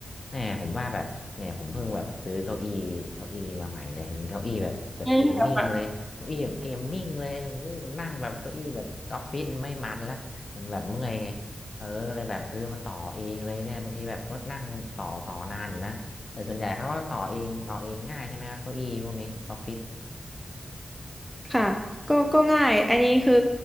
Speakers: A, on the left; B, in the centre.
A: แหมผมว่าแบบเนี่ยผมเพิ่งแบบซื้อเก้าอี้เก้าอี้มาใหม่เลยเป็นเก้าอี้แบบแบบเกมมิ่งเลยเก้าอี้แบบเกมมิ่งเลยเอ้ยมันนั่งแบบเก้าอี้แบบออฟฟิศไม่มันละมันแบบเมื่อยไงเออก็เลยแบบซื้อมาต่อเองเลยเนี่ยบางทีแบบก็นั่งต่อต่อนานอยู่นะแต่ส่วนใหญ่เขาก็ต่อเองต่อเองง่ายใช่ไหมครับเก้าอี้พวกนี้ออฟฟิศ
B: อืมค่ะก็ก็ง่ายอันนี้คือ